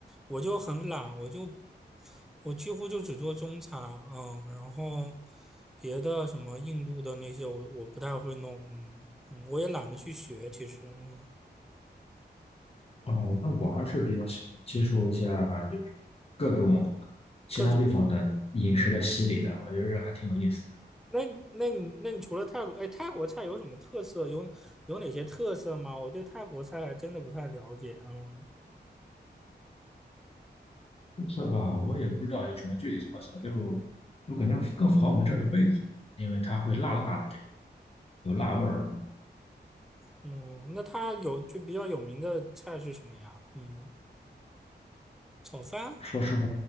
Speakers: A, in the centre; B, on the left (about 35°).
A: 我就很懒，我就我几乎就只做中餐，嗯，然后别的什么印度的那些我我不太会弄，嗯嗯，我也懒得去学，其实，嗯，
B: 哦，那我还是比较喜欢接受一下就是各种其他地方的饮食的洗礼的，
A: 各种，嗯，
B: 我觉得这还挺有意思的。
A: 那你那你那你除了泰国，哎，泰国菜有什么特色？有有哪些特色吗？我对泰国菜还真的不太了解，嗯
B: 特色吧，我也不知道有什么具体特色，就就感觉更符合我们这儿的胃口，因为它会辣辣的，有辣味儿。
A: 嗯，那它有就比较有名的菜是什么呀？嗯。炒饭？
B: 说实话，